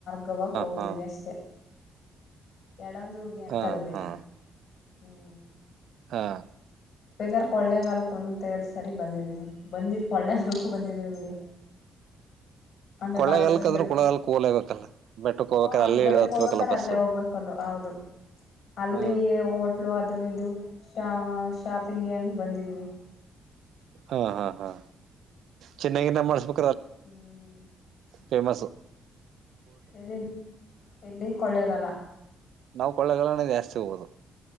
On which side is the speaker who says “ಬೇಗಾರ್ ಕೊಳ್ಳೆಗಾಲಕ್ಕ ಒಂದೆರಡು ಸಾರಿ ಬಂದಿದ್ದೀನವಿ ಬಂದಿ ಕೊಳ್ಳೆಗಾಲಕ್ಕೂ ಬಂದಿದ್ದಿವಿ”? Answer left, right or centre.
Left